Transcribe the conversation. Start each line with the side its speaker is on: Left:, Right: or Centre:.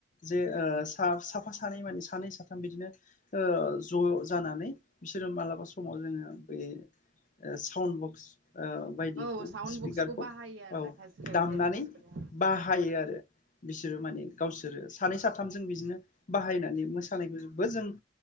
Left: जे ओ साफा सानै माने सानै साथाम बिदिनो ओ ज' जानानै बिसोरो मालाबा समाव जोङो बे ओ साउन्ड बक्स ओ बायदिखौ
Right: औ साउन्ड
Left: स्पिकारखौ
Right: बक्सखौ बाहायो आरोना
Left: औ
Right: खायसे खायसे
Left: दामनानै
Right: मानसिफोरा
Left: बाहायो आरो। बिसोरो माने गावसोरो सानै साथामजों बिदिनो बाहायनानै मोसानायखौ जबो जों ओ